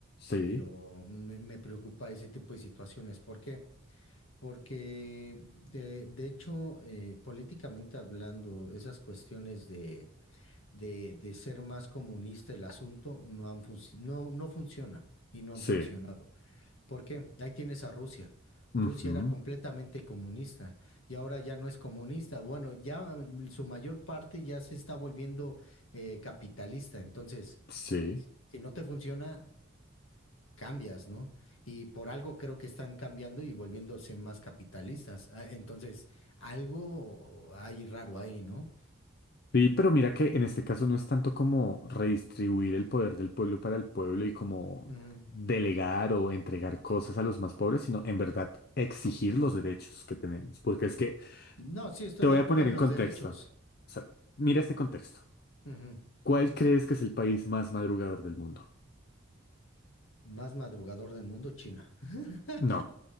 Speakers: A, on the left; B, on the left.
A: Sí,
B: pero me, me preocupa ese tipo de situaciones. ¿Por qué? Porque de, de hecho, eh, políticamente hablando, esas cuestiones de, de, de ser más comunista el asunto no han func- no, no funciona y no
A: sí,
B: han funcionado. ¿Por qué? Ahí tienes a Rusia.
A: ujú,
B: Rusia era completamente comunista y ahora ya no es comunista. Bueno, ya mm, su mayor parte ya se está volviendo eh, capitalista. Entonces,
A: sí.
B: si no te funciona, cambias, ¿no? Y por algo creo que están cambiando y volviéndose más capitalistas. Ah, Entonces, algo hay raro ahí, ¿no?
A: Sí, pero mira que en este caso no es tanto como redistribuir el poder del pueblo para el pueblo y como
B: Ujú.
A: delegar o entregar cosas a los más pobres, sino en verdad exigir los derechos que tenemos. Porque es que
B: No, sí, estoy
A: te voy
B: de acuerdo
A: a poner
B: en
A: en
B: los
A: contexto.
B: derechos.
A: O sea, mira este contexto.
B: Ujú.
A: ¿Cuál crees que es el país más madrugador del mundo?
B: Más madrugador del mundo, China. <laughs>
A: No,